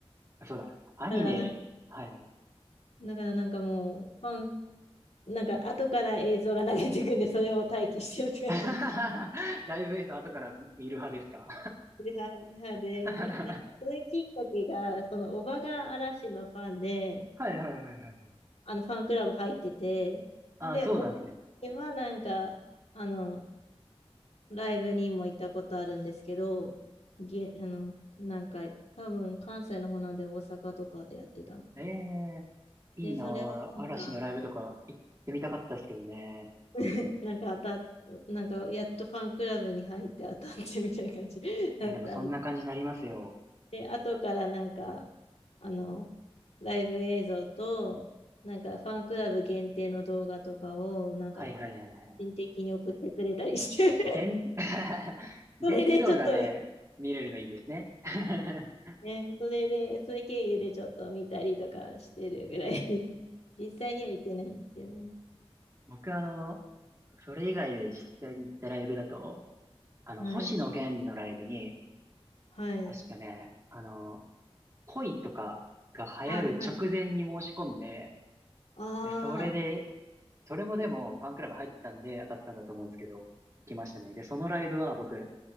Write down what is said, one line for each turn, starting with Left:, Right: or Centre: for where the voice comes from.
Right: あそうだ。アニメ、
Left: だからなん、
Right: はいはい。
Left: だからなんかもう、ファンなんか後から映像が流れてくんで、それを待機してるって感じの。
Right: <laughs> ライブ映像後から見る派ですか
Left: いやで、でなんかそれきっかけが、
Right: <laughs> は
Left: そのおばが嵐のファンで、
Right: いはいはいはい。
Left: あのファンクラブ入ってて、
Right: あ、
Left: で、
Right: そうなんですね。
Left: おばはなんか、あの、ライブにも行ったことあるんですけど、げ、あの、なんか、多分関西の方なんで大阪とかでやってたのかな。
Right: ええいいな
Left: で、それはなんか、
Right: ぁ。嵐のライブとか行ってみたかったですけどね。
Left: <laughs> なんか当たっなんかやっとファンクラブに入って当たってみたいな感じ <laughs> だったんで
Right: いや、でもそんな感じになりますよ。
Left: で、後からなんか、あの、ライブ映像と、なんかファンクラブ限定の動画とかを、なんか、
Right: はいはいはいはい。
Left: 個人的に送ってくれたりして
Right: 限、<laughs>
Left: <laughs>
Right: 限定動画ね、
Left: それでちょっと、
Right: 見れるのいいですね。<laughs>
Left: ね、それで、それ経由でちょっと見たりとかしてるぐらい <laughs> 実際には行ってないんですよね。
Right: 僕あの、それ以外で実際に行ったライブだと、あの、
Left: はい。
Right: 星野源のライブに、
Left: はい。
Right: 確かね、あの、恋とかが流行る直前に申し込んで、
Left: あ、はい。ああ、
Right: で、それで、それもでもファンクラブ入ってたんで当たったんだと思うんですけど、行きましたね。で、そのライブは僕、